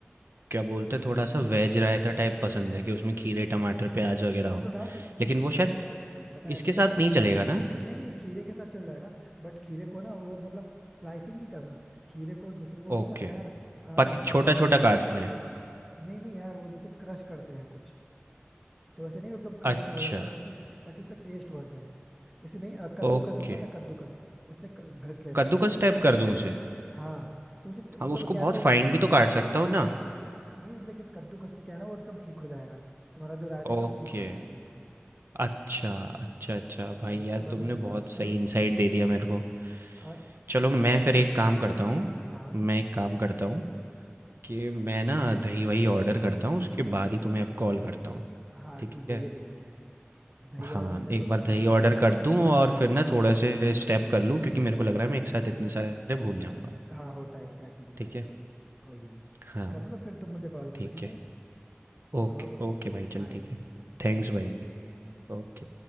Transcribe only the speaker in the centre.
हाँ
तो डाल सकते हो नहीं
प-
यार पता है
प्याज
टमाटर
नहीं नहीं खीरे के साथ चल जाएगा बट खीरे को ना वो मतलब स्लाइसिंग नहीं करना खीरे को जैसे वो नहीं
आता यार आ,
जैसे
मतलब
नहीं नहीं यार वो जैसे क्रश करते हैं कुछ तो वैसे नहीं एकदम क्रश
ना हो जाता है एकदम पे ताकि उसका टेस्ट बढ़ जाए जैसे नहीं अ, कद्दूकस
होता है ना कद्दूकस उससे क- घस लेना
उसे
हाँ तो उसे ट- मतलब
क्या
है ना वो
थोड़ा
नहीं लेकिन कद्दूकस से क्या है ना वो एकदम थिक हो जाएगा तुम्हारा जो रायता है,
एकदम थिक हो जाएगा टेस्ट में
और
उसके बाद
उसे सर्व
करो
और
और
भी
हाँ
हाँ
ठीक है
ये भी ठीक है दही
ऑर्डर करके
तुम
मुझे कॉल
करो
हाँ होता है स्टार्टिंग में
कभी
कभी कोई नहीं
कर लो फिर तुम मुझे कॉल करो
ठीक
है
ओके
बाय